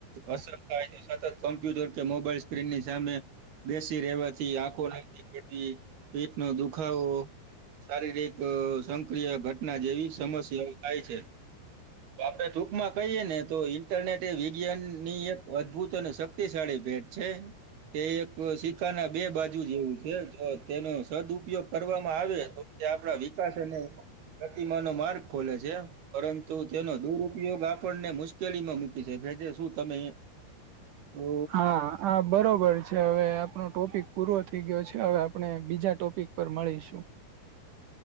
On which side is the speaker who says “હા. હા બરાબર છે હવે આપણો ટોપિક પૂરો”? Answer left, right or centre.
Right